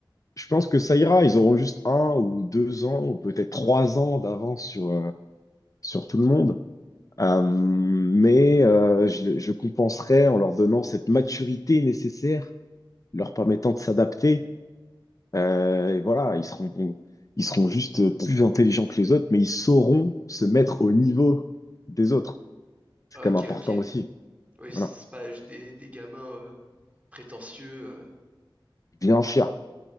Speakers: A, on the left (about 40°); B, on the right (about 15°).
A: je pense que ça ira. Ils auront juste un ou deux ans, ou peut-être trois ans d'avance sur, euh, sur tout le monde. Euh, mais euh, je, le- je compenserai en leur donnant cette maturité nécessaire, leur permettant de s'adapter. Euh, et voilà, ils seront, ils seront juste plus intelligents que les autres, mais ils sauront se mettre au niveau des autres. C'est
B: Ok,
A: quand même important
B: ok.
A: aussi.
B: Oui, c'est
A: Voilà.
B: pas juste des, des gamins euh, prétentieux. euh.
A: Bien sûr,